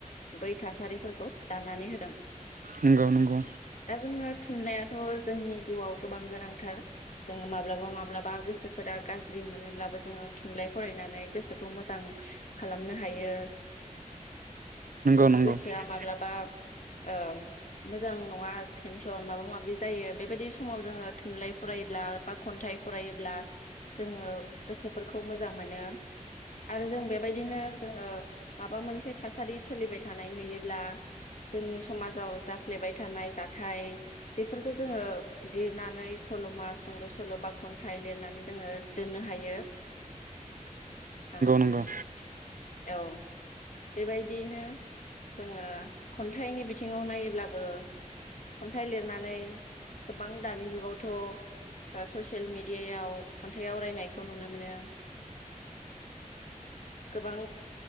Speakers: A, on the left; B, on the right.
A: बै थासारिफोरखौ दानानै होदों।
B: नंगौ नंगौ
A: दा जोङो थुनलाइयाथ' जोंनि जिउआव गोबां गोनांथार जोंङो मा <unintelligible> माब्लाबा गोसोफोरा गाज्रि मोनोब्लाबो जोङो थुनलाइ फरायनानै गोसोखौ मोजां खालामनो हायो। जोंनि
B: नंगौ
A: गोसोआ
B: नंगौ
A: माब्लाबा ओ मोजां नङा थेनसन माबा माबि जायो बेबायदि समाव जोङो थुनलाइ फरायोब्ला बा खन्थाइ फरा ब्ला जोङो गोसोफोरखौ मोजां मोनो आरो जों बेबायदिनो जोङो माबा मोनसे थासारि सोलिबाय थानाय नुयोब्ला जोंनि समाजाव जाफ्लेबाय थानाय जाथाय बेफोरखौ जोङो लिरनानै सल'मा सुंद' सल' बा थाइ लिरनानै जोङो दोननो हायो <unintelligible>
B: नंगौ
A: औ बेबायदियैनो जोङो खन्थाइनि बिथिङाव नायोब्लाबो खन्थाइ लिरनानै गोबां दानि जुगावथ' ससियेल मिडि यायाव खन्थाइ आवरायनायखौ नुनो मोनो। गोबां